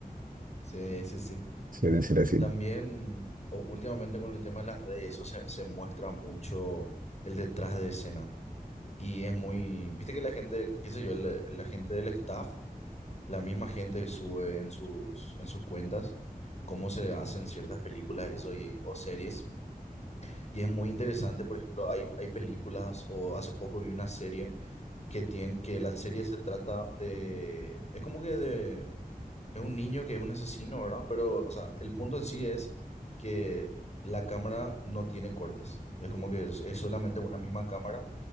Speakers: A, on the left (about 45°); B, on the right (about 65°).
A: Sí, sí, sí.
B: Suelen ser así.
A: También, o- últimamente con el tema de las redes, eso se, se muestra mucho el detrás de escena. Y es muy, viste que la gente, qué sé yo, la la gente del staff la misma gente sube en sus, en sus cuentas cómo se hacen ciertas películas y eso y, o series. Y es muy interesante, por ejemplo, hay, hay películas o hace poco vi una serie que tiene, que la serie se trata de, es como que de, es un niño que es un asesino, ¿verdad? Pero, o sea, el punto en sí es que la cámara no tiene cortes. Es como que es, es solamente una misma cámara